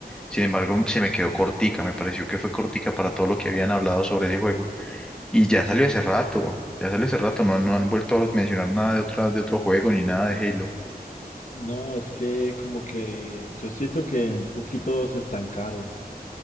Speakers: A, in the centre; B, on the left (about 50°).
A: Sin embargo, se me quedó cortica, me pareció que fue cortica para todo lo que habían hablado sobre ese juego. Y ya salió hace rato, ya salió hace rato, no, han- no han vuelto a mencionar nada de otra, de otro juego ni nada de Halo.
B: No, es que como que yo siento que un poquito se estancaron.